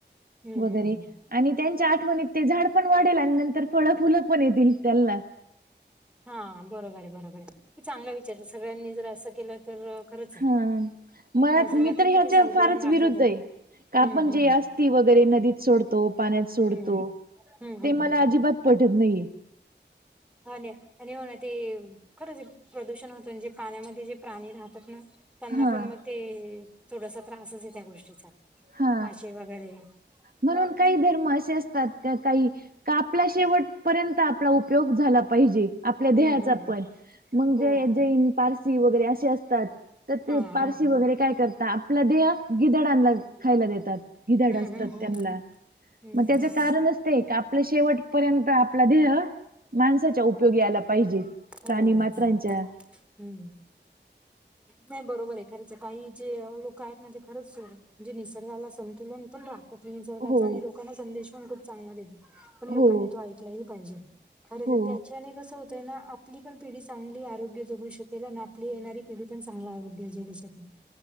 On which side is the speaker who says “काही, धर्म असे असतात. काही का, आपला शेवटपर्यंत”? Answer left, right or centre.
Right